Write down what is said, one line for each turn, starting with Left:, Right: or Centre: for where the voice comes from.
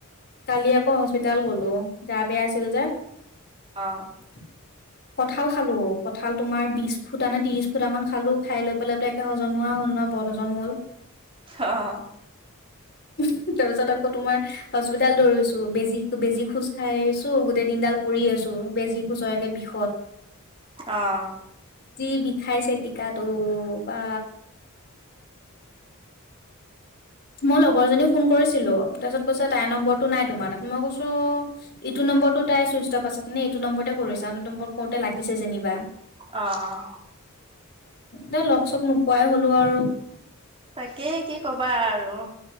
Left: কালি আকৌ হস্পিতাল গ'লো গা বেয়া আছিল যে।
Right: অ
Left: <inaudible> কঠাল খালো, কত কঁঠাল তোমাৰ বিছ ফুটা নে ত্ৰিশ ফুটামান খালো, খাই লৈ পেলাইতো একে হজম নোহোৱা হ'ল নহ‌য় বদ হজম হ'ল।
Right: অহ
Left: <unintelligible> তাৰ পিছত আকৌ তোমাৰ হস্পিতাল দৌৰিছো বেজি -বেজি খোচ খাই আহিছো। গোটেই দিনডাল পৰি আছো বেজী খোচয়কে বিষত।
Right: অহ
Left: যি বিষাইছে টিকাটো। বা মই লগৰ জনী ফোন কৰিছিলো তাৰপিছত কৈছে তাইৰ নম্বৰটো নাই তোমাৰ তাত মই কৈছো ত' ইটো নম্বৰতটো তাই চুইচ টফ আছে নে এইটো নম্বৰতে কৰি চাওঁ, এইটো নম্বৰত কওঁতে লাগিছে যেনিবা।
Right: অহ
Left: দা লগ- চগ নোপোৱাই হলো আৰু
Right: তাকে কি কবা আৰু।